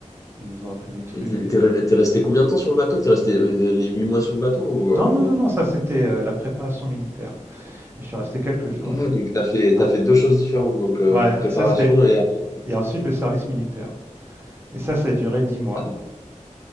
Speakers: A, on the right; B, on the left.
A: Ils nous ont appris des trucs.
B: Et t'es t'es
A: euh,
B: re- t'es resté combien de temps sur le bateau? T'es resté euh, les huit mois sur le bateau ou un
A: Non,
B: peu
A: non,
B: moins?
A: non, non, ça c'était euh, la préparation militaire. Et je suis resté quelques jours.
B: Ah, donc t'as fait, t'as
A: Ouais,
B: fait deux choses différentes, donc euh,
A: ouais,
B: préparation
A: ça c'était.
B: et après.
A: Et ensuite le service militaire. Et ça, ça a duré dix mois.
B: ah, donc,